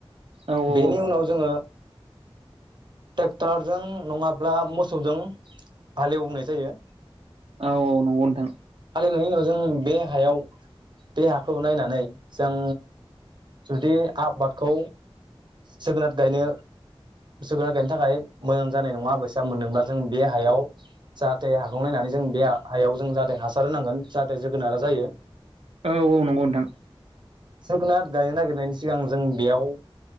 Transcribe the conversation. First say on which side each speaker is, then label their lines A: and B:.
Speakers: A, on the right; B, on the right.
A: औ
B: बेनि
A: औ
B: उनाव जोङो। ट्रेक्टारजों नङाब्ला मोसौजों हालेवनाय जायो।
A: औ औ नंगौ नोंथां।
B: नायनि उनाव जों बे हायाव बे हाखौ नायनानै जों जुदि आबादखौ जोगोनार गायनो जोगोनार गायनि थाखाय मोजां जानाय नङा बेसे आां मोनदोंब्ला जों बे हायाव जाहाथे हाखौ नायनानै जों बे हायाव जों जाहाथे हासार होनांगोन जाहाथे जोगोनारा जायो।
A: औ औ नंगौ नोंथां।
B: जोगोनारार गायनो नागिरनायनि सिगां जों बेयाव